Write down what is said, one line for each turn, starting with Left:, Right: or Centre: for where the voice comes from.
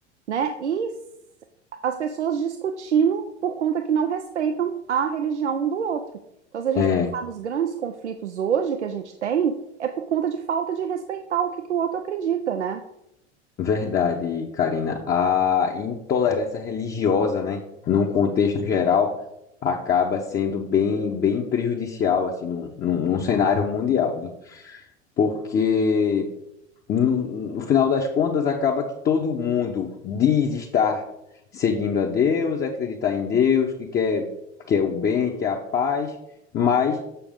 Right: né? E s- as pessoas discutindo por conta que não respeitam a religião um do outro. Então, se a gente
Left: É
Right: pensar nos grandes conflitos hoje que a gente tem, é por conta de falta de respeitar o que que o outro acredita, né?
Left: verdade, Karina. A intolerância religiosa, né, num contexto geral, acaba sendo bem, bem prejudicial, assim, num, num- num cenário mundial, né? Porque, no, no final das contas, acaba que todo mundo diz estar seguindo a Deus, acreditar em Deus, que quer, quer o bem, quer a paz, mas